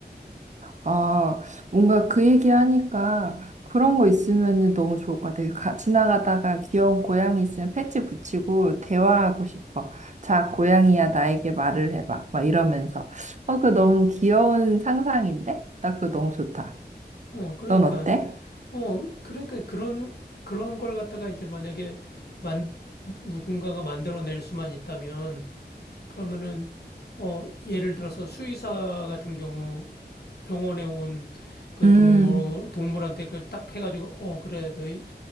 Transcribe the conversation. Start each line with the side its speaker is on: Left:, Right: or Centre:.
Right: 아, 뭔가 그 얘기하니까 그런 거 있으면 너무 좋을 것 같아. 가, 지나가다가 귀여운 고양이 있으면 패치 붙이고 대화하고 싶어. 자, 고양이야, 나에게 말을 해봐. 막 이러면서. 어, 그거 너무 귀여운 상상인데? 나 그거 너무 좋다.
Left: 어, 그러니까,
Right: 넌 어때?
Left: 어, 그러니까 그런, 그런 걸 갖다가 이제 만약에 만, 누군가가 만들어낼 수만 있다면 그러면은 어 예를 들어서 수의사 같은 경우 병원에 온 그
Right: 음.
Left: 동물 동물한테 그걸 딱 해가지고 어 그래 너희